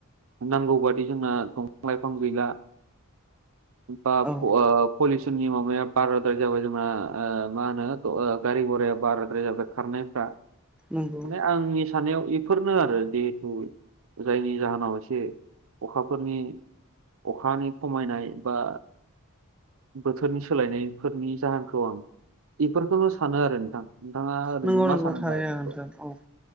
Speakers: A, on the right; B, in the centre.
A: नांगौ बादि जोंना दंफां लाइफां गैला बा
B: औ
A: फ ओ पलिउसननि माबाया बाराद्राय जाबाय जोंना ओ मा होनो गारि घराया बाराद्राय जाबाय खारनायफ्रा।
B: नंगौ
A: माने आंनि साननायाव इफोरनो आरो जिहेथु जायनि जाहोनाव एसे अखाफोरनि अखानि खमायनाय बा बोथोरनि सोलायनायफोरनि जाहोनखौ आं इफोरखौनो सानो आरो नोंथां। नोंथाङा ओरैनो
B: नंगौ नंगौ
A: मा सानो
B: थारैनो
A: दा इफोरखौ?
B: नोंथां औ